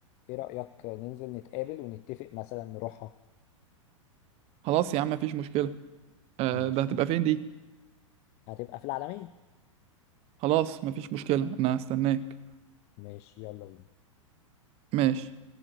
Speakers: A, on the left; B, on the right.
A: ايه رأيك ننزل نتقابل ونتفق مثلا نروحها
B: خلاص يا عم مفيش مشكلة آه،
A: ماشي
B: ده هتبقى فين دي
A: هتبقى في العالمين
B: خلاص مفيش مشكلة انا هستناك
A: ماشي يلا بينا
B: ماشي